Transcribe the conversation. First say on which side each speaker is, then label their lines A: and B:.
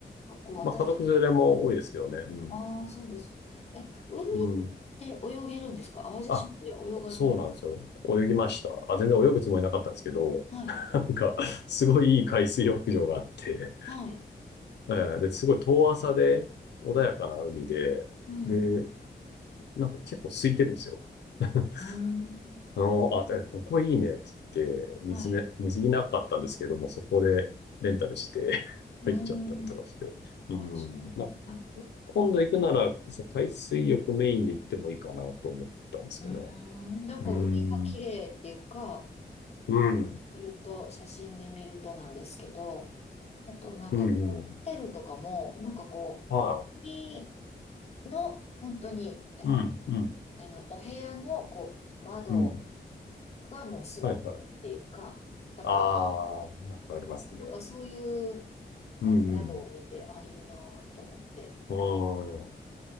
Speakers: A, on the left; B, on the left.
A: か。こう、私
B: まあ家族連れも多いですけどね。うん。
A: ああー、そうです。え、海って泳げるんですか淡路島では泳がれます。
B: うん。あ、そうなんですよ。泳ぎました。あ、全然泳ぐつもりなかったんですけど、
A: はい。
B: <laughs> なんか、すごいいい海水浴場があって、
A: はい。
B: ええで、すごい遠浅で、穏やかな海で、
A: うん。
B: で、
A: う
B: なんか結構空いてるんですよ。<laughs> あ
A: ーん。
B: の、あ、でここいいねって言って、水ね、
A: はい。
B: 水着なかったんですけども、そこでレンタルして <laughs>
A: うーん。
B: 入っちゃったりとかして。うん。
A: あ、そうなんだ。
B: まあ、
A: う
B: 今度行くなら、そう海水浴メインで行ってもいいかなと思ったんですよね。
A: ーん。なんか海が綺麗っていうか、
B: うん。うん。
A: 見ると、写真で見るとなんですけど、あとなんかこう、
B: うん。うん。
A: ホテルとかも、なんかこう、
B: は
A: 海の本当に、あの、
B: い。うん。うん。
A: あのお部屋のこう、窓
B: うん。
A: がもうすぐ海っていうか、
B: はい。はい。
A: だから、
B: ああ、なんかありますね。
A: なんかそういうあの宿を見て、
B: うん。うん。
A: あ、いいなーって思って。
B: あん。